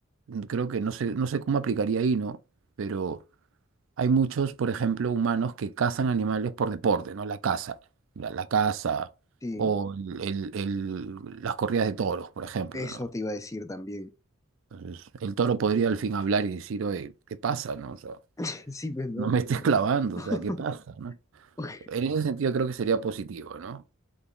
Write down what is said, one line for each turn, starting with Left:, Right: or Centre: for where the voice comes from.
Right: creo que no sé, no sé cómo aplicaría ahí, ¿no? Pero hay muchos, por ejemplo, humanos que cazan animales por deporte, ¿no? La caza, la, la caza
Left: sí,
Right: o el- el- el- las corridas de toros, por ejemplo,
Left: eso
Right: ¿no?
Left: te iba a decir también.
Right: Entonces, el toro podría al fin hablar y decir, oye, ¿qué pasa, no? O sea,
Left: <laughs> Sí, pues, ¿no?
Right: no me estés clavando,
Left: <laughs>
Right: o sea, ¿qué pasa, no
Left: Ok,
Right: En ese sentido creo que sería positivo, ¿no?